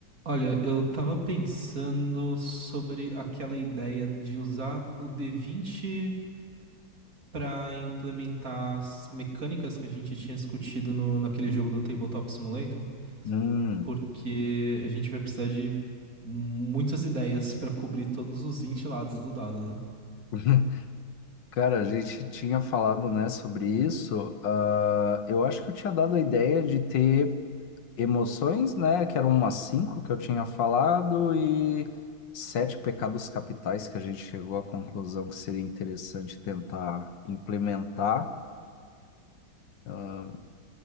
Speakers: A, on the right; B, on the left.
A: Olha, eu tava pensando sobre aquela ideia de usar o D20 para implementar as mecânicas que a gente tinha discutido no, naquele jogo do Tabletop Simulator,
B: Hum.
A: porque a gente vai precisar de muitas ideias para cobrir todos os 20 lados do dado, né?
B: <laughs> Cara, a gente tinha falado, né, sobre isso. Ah, eu acho que eu tinha dado a ideia de ter emoções, né, que eram umas cinco que eu tinha falado e sete pecados capitais que a gente chegou à conclusão que seria interessante tentar implementar. Ah,